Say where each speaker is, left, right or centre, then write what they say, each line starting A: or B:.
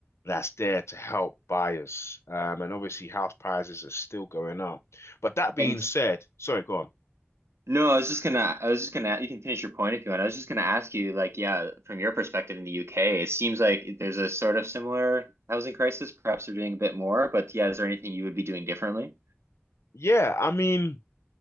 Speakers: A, on the left; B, on the right.
A: that's there to help buyers. Um, and obviously house prices are still going up. But that being
B: And
A: said, sorry, go on.
B: No, I was just gonna, I was just gonna, you can finish your point if you want. I was just gonna ask you, like, yeah, from your perspective in the UK, it seems like there's a sort of similar housing crisis. Perhaps they're doing a bit more, but yeah, is there anything you would be doing differently?
A: Yeah, I mean.